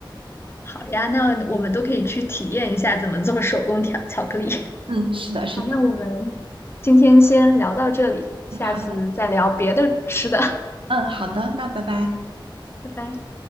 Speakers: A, on the left; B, on the right.
A: 好呀，那我们都可以去体验一下怎么做手工巧巧克力。
B: 嗯，是的，是的。
A: 好，那我们今天先聊到这里，
B: 那好的，
A: 下次再聊别的吃的，
B: 嗯，好的，那拜拜。
A: <laughs> 拜拜。